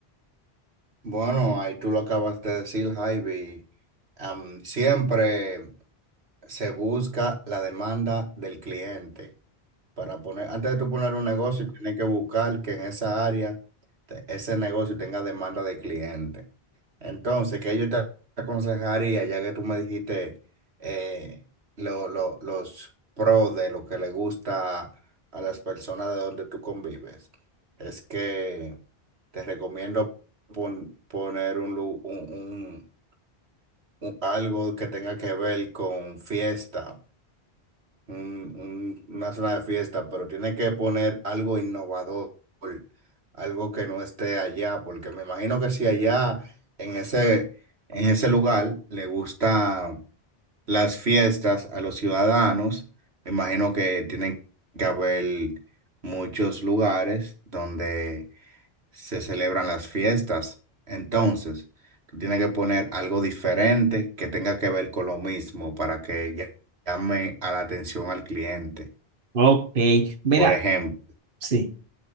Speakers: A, on the right; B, on the right.
A: Bueno, ahí tú lo acabas de decir, Javi. Am, siempre se busca la demanda del cliente. Para poner, antes de tú poner un negocio, tienes que buscar que en esa área te- ese negocio tenga demanda de cliente. Entonces, ¿qué yo te aconsejaría, ya que tú me dijiste eh, lo- lo- los pros de lo que le gusta a las personas de donde tú convives? Es que te recomiendo pon- poner un, lu- un- un- un- algo que tenga que ver con fiesta un- un- una zona de fiesta, pero tiene que poner algo innovador, algo que no esté allá, porque me imagino que si allá en ese, en ese lugar le gustan las fiestas a los ciudadanos, me imagino que tienen que haber muchos lugares donde se celebran las fiestas. Entonces, tú tienes que poner algo diferente que tenga que ver con lo mismo para que ll- llame a la atención al cliente.
B: Ok, mira,
A: Por ejemplo,
B: sí.